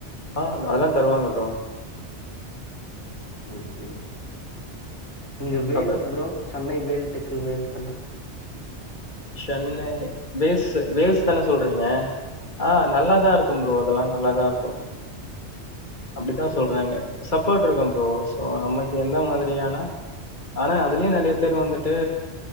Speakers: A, on the left; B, on the left.
A: ஆ அதெல்லா தருவாங்க ப்ரோ
B: ஓகே ஓகே நீங்க வேல்ஸ்
A: அத
B: ப்ரோ சென்னை வேல்ட்டுக்கு வேல்ஸ்ஸெல்லா
A: சென்னை வேல்ஸ் வேஸ் தான சொல்றீங்க ஆ நல்லாதா இருக்கும் ப்ரோ அதெல்லா நல்லாதா இருக்கு அப்டித்தா சொல்றாங்க சப்போர்ட் இருக்கு ப்ரோ சோ நமக்கு எந்த மாதிரியானா ஆனா அதுலயு நெறைய பேரு வந்துட்டு